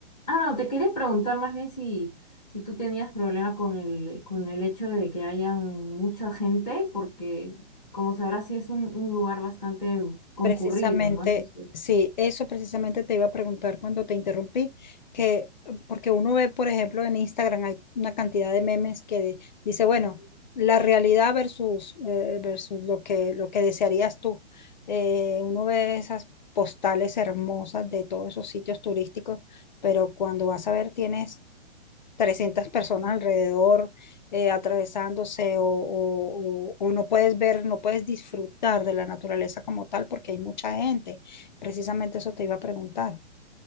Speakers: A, in the centre; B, on the left (about 40°).
A: Ah, no, te quería preguntar más bien si, si tú tenías problema con el, con el hecho de que haya mucha gente, porque como sabrás, sí es un, un lugar bastante concurrido,
B: Precisamente,
A: ¿no? Entonces,
B: sí, eso precisamente te iba a preguntar cuando te interrumpí, que porque uno ve, por ejemplo, en Instagram hay una cantidad de memes que de- dice, bueno, la realidad versus, eh, versus lo que, lo que desearías tú. Eh, uno ve esas postales hermosas de todos esos sitios turísticos, pero cuando vas a ver, tienes 300 personas alrededor eh, atravesándose o, o- o- o no puedes ver, no puedes disfrutar de la naturaleza como tal porque hay mucha gente. Precisamente eso te iba a preguntar.